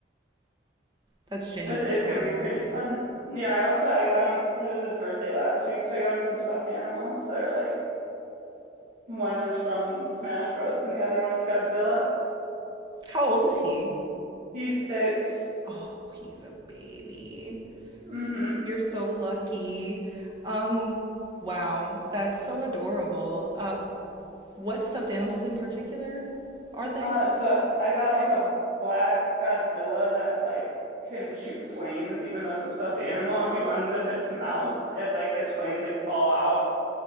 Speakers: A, on the right; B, on the right.
A: That's genuinely
B: It's it's
A: adorable.
B: gonna be pretty fun. Yeah, I also I got him it was his birthday last week, so I got him some stuffed animals that are like One is from Smash Bros. and the other one is Godzilla.
A: How old is he?
B: He's six.
A: Oh, he's a baby.
B: Mm-hmm.
A: You're so lucky. Um, wow, that's so adorable. Uh, What stuffed animals in particular are they?
B: Uh, so I got like a black Godzilla that like can shoot flames, even though it's a stuffed animal. If you unzip its mouth, it like its flames like fall out.